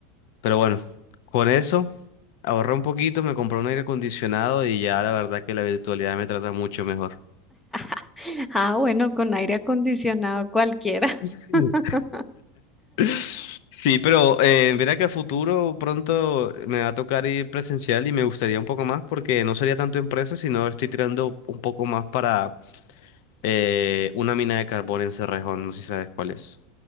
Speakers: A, on the left; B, in the centre.
A: Pero bueno, con eso ahorré un poquito, me compré un aire acondicionado y ya la verdad que la virtualidad me trata mucho mejor.
B: <laughs> Ah, bueno, con aire acondicionado cualquiera.
A: Sí.
B: <laughs>
A: <laughs> Sí, pero eh, mira que a futuro pronto me va a tocar ir presencial y me gustaría un poco más porque no sería tanto empresa, sino estoy tirando un poco más para eh, una mina de carbón en Cerrejón, no sé si sabes cuál es.